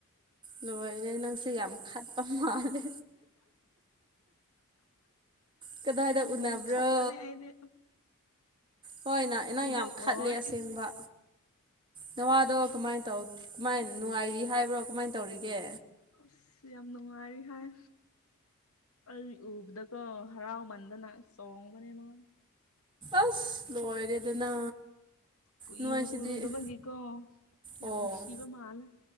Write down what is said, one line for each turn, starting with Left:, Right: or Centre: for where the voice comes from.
Right: ꯂꯣꯏꯔꯦ ꯅꯪꯁꯦ ꯌꯥꯝ ꯈꯠꯄ ꯃꯥꯜꯂꯦ ꯀꯗꯥꯏꯗ
Left: ꯌꯥꯝ
Right: ꯎꯅꯕ꯭ꯔꯣ
Left: ꯈꯠꯄꯅꯦ ꯑꯩꯗꯤ
Right: ꯍꯣꯏ ꯅ
Left: ꯍꯥꯏꯗꯣꯛꯑꯣꯏ
Right: ꯅꯪ ꯌꯥꯝ ꯈꯠꯂꯦ ꯑꯁꯦꯡꯕ ꯅꯋꯥꯗꯣ ꯀꯃꯥꯏ ꯇꯧ ꯀꯃꯥꯏꯟ ꯅꯨꯡꯉꯥꯏꯔꯤ ꯍꯥꯏꯕ꯭ꯔꯣ ꯀꯃꯥꯏꯟ ꯇꯧꯔꯤꯒꯦ
Left: ꯑꯁ ꯌꯥꯝ ꯅꯨꯡꯉꯥꯏꯔꯤ ꯍꯥꯏ ꯑꯩ ꯎꯕꯗ ꯀꯣ ꯍꯔꯥꯎꯃꯟꯗꯅ ꯆꯣꯡꯕꯅꯦ ꯃꯥ
Right: ꯑꯁ ꯂꯣꯏꯔꯦꯗꯅ
Left: ꯀꯨꯏꯅ
Right: ꯅꯣꯏꯁꯤꯗꯤ
Left: ꯎꯔꯨꯗꯕꯒꯤꯀꯣ ꯌꯥꯝ
Right: ꯑꯣ
Left: ꯅꯨꯡꯁꯤꯕ ꯃꯥꯂꯦ